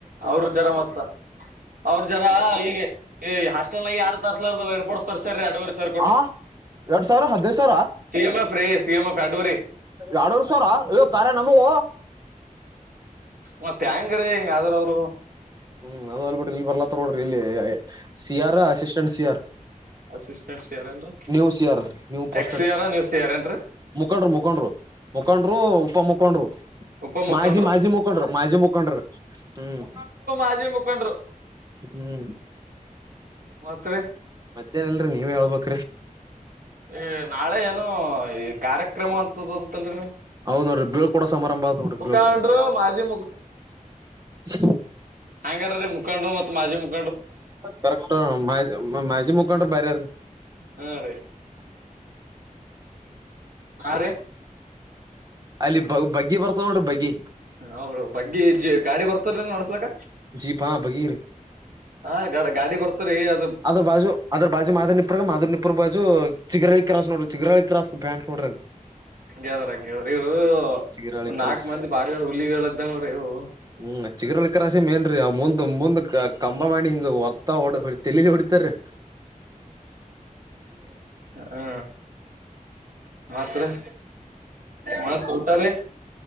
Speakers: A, on the right (about 85°); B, on the right (about 25°).
A: ಅವ್ರ ಜರ ಮತ್ತ ಅವ್ರ ಜರ ಈಗ ಈ ಹಾಸ್ಟೆಲ್ ನಾಗ ಯಾರು ತರ್ಸ್ಲಾರ್ದವ <unintelligible> ಎರಡುವರೆ ಸಾವಿರ ಕೊಟ್ಟು
B: ಹಾ ಎರಡ್ ಸಾವಿರ ಹದಿನೈದು ಸಾವಿರ
A: ಸಿಎ ಎಫ ರೇ ಸಿಎಮ ಎಫ್ ಎರಡುವರೆ
B: ಎರಡೂವರೆ ಸಾವಿರ ಇವ ಕಾರ್ಯ ನಮಗೂ
A: ಮತ್ತೆ ಎಂಗ್ ರಿ ಇಂಗೆದರ ಅವರು
B: ಹ್ಮ್ ಅದ ಹೊಲ್ಪ್ರಿ ಇಲ್ಲಿ ಬರ್ಲತ್ತ ನೋಡ್ರಿ ಇಲ್ಲಿ C R assistant C R
A: assistants ಯಾರೇನ್ರ
B: ನೀವು ಸಿ ಆರ್ ನೀವು ಪೋಸ್ಟೆಡ್
A: ಎಕ್ಸಿಯಾರ ನ್ಯೂಸಿಯಾರೇನ್ರಿ
B: ಮುಖಂಡ್ರು ಮುಖಂಡ್ರು ಮುಖಂಡ್ರು ಉಪ ಮುಖಂಡ್ರು
A: ಉಪ ಮುಖಂಡ್ರು
B: ಮಾಜಿ ಮಾಜಿ ಮುಖಂಡ್ರು ಮಾಜಿ ಮುಖಂಡ್ರು ಹ್ಮ್
A: ಆಜಿ ಮುಖಂಡರು
B: ಹ್ಮ್
A: ಮತ್ತರಿ
B: ಮತ್ತೇನಿಲ್ರಿ ನೀವ್ ಹೇಳ್ಬೇಕ್ರಿ
A: ಈ ನಾಳೆ ಏನೊ ಈ ಕಾರ್ಯಕ್ರಮ ಅಂತದ ಅಂತದ್ ಅಂತಲ್ರಿ ನೀವು
B: ಹೌದ್ ನೋಡ್ರಿ ಬೀಳ್ಕೊಡ ಸಮಾರಂಭ ನೋಡ್ರಿ
A: ಮುಖಂಡ್ರು
B: ಬೀಳ್ಕೊಡೊ
A: ಮಾಜಿ
B: <unintelligible>
A: ಹಂಗಾರರೀ ಮುಖಂಡ್ರು ಮತ್ ಮಾಜಿ ಮುಖ್
B: ಕರೆಕ್ತು ಮಾ ಮಾಜಿ ಮುಖಂಡ್ರು ಬೇರೆ ಅವ್ರ್
A: ಹಾ ರೀ ಹಾ ರಿ
B: ಅಲ್ಲಿ ಬಗ್ ಬಗ್ಗಿ ಬರ್ತಾವ ನೋಡ್ರಿ ಬಗ್ಗಿ
A: ಅವರು ಬಗ್ಗಿ ಜ ಗಾಡಿ ಬರ್ತಾರ ನೀ ನಡ್ಸ್ಲಕ
B: ಜೀಪ್ ಹಾ ಬಗ್ಗಿ ರೀ
A: ಹಾ ಗಾಡ್ ಗಾಡಿ ಬರ್ತರಿ ಅ
B: ಅದರ ಬಾಜು ಅದ್ರ ಬಾಜು ಮಾದ ನಿಪರಗ ಮಾದರ್ ನಿಪರ ಬಾಜು ಚಿಗರಳ್ಳಿ ಕ್ರಾ <unintelligible> ಪ್ಯಾಂಟ್ ನೋಡ್ರಿ
A: ಹೆಂಗಗೆದ್ರ ಹಂಗದ್ರ ಇವ್ರು
B: ಚಿಗರಾಳಿ
A: ಒಂದ್
B: ಕ್ರಾಸ್
A: ನಾಕ್ ಮಂದಿ ಬಾರವಾರ ಹುಲ್ಲಿಗಳ ಇದ್ದ ನೋಡ್ರಿ ಇವರು
B: ಹ್ಮ್ ಚಿಗರಲ್ಲಿ ಕ್ರಾಸಿ ಮೇನ್ರಿ ಅವ್ ಮುಂದ ದ ಮುಂದಕ ಕಂಬ ಮಾಡಿ ಹಿಂಗ ಹೊರ್ತಾ ಹೊಡ ಹೊ ತಲಿಗೆ ಹೊಡಿತಾರಿ.
A: ಹಾ ಮತ್ ರಿ ಮತ್ ಊಟ ರೀ